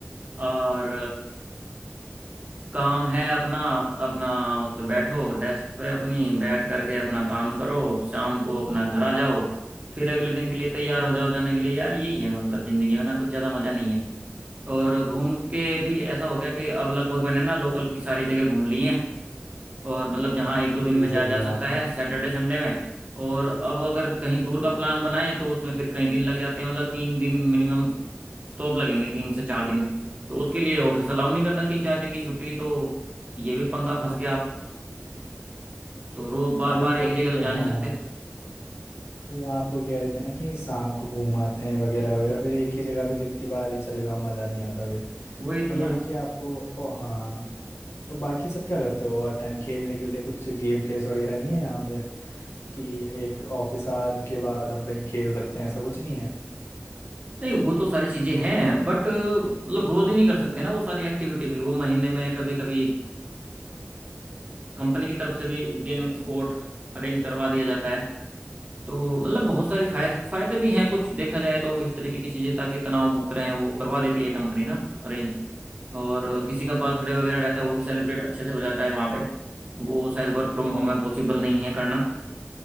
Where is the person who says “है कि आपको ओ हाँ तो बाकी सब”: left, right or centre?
Left